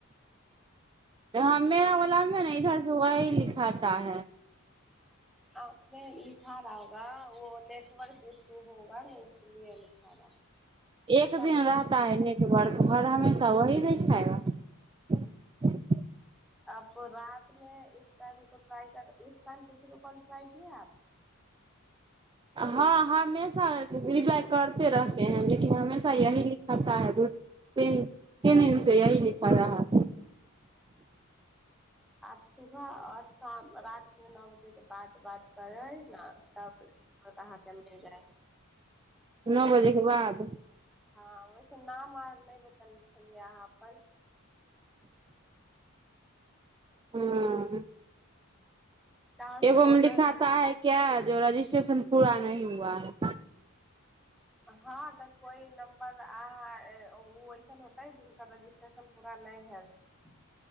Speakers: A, on the right (about 20°); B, in the centre.
A: ह मेरा वला मे ना इधर से वही लिखाता है
B: आ ने लिखा रहा होगा ओ ने नटर्क इशू होगा ने इसलि लिखा रहा
A: एक
B: तब
A: दिन रहता है नेटवर्क हर <unintelligible>
B: आपको रात मे इस टाइम भि ट्राई कर इस टाइम किसी को कॉल ट्राय किये आप
A: हँ हमे रिप्लाइ करते रहते हैं लेकिन हमेशा यही लिखाता है तीन तीन दिन से यही लिख रहा
B: आप सुबह आओर शाम रात मे नौ बजे के बाद बात करबै न तब दिक्कत आहाँ के <unintelligible>
A: नओ बजेके बाद
B: हँ वैसे नाम आर नहि बतलने छलियै अहाँ अपन
A: ह्म्म
B: कहाँ से
A: एगो
B: बोल
A: मे लिखाताा
B: रहल छी
A: है क्य जो रजिस्ट्रे टेशन पूरा नहि हुआ है
B: हँ तऽ कोइ नम्बर आ ओ ऐसन होतै जिनकर रजिस्ट्रेशन पूरा नहि भेलै